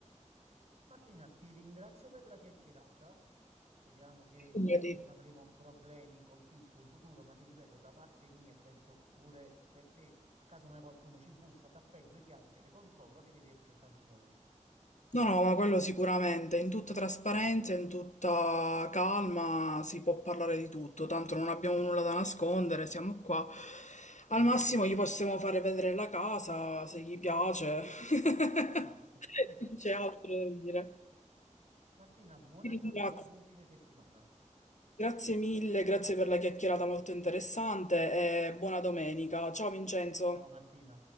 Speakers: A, on the right (about 60°); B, on the left (about 65°).
A: Martina, ti ringrazio per la chiacchierata. Speriamo che
B: Quindi
A: non avremo problemi col fisco in futuro, ma ti ripeto, da parte mia e penso pure per te, caso mai qualcuno ci bussa, caffè, due chiacchiere, controllo, arrivederci e tanti saluti.
B: No, no, ma quello sicuramente, in tutta trasparenza, in tutta calma si può parlare di tutto, tanto non abbiamo nulla da nascondere, siamo qua. Al massimo gli possiamo fare vedere la casa, se gli piace. <laughs>
A: Esatto, esatto.
B: Non c'è altro da dire.
A: Martina, buona
B: Ti ringrazio.
A: giornata e buon fine settimana.
B: Grazie mille, grazie per la chiacchierata molto interessante e buona domenica. Ciao Vincenzo.
A: Ciao Martina.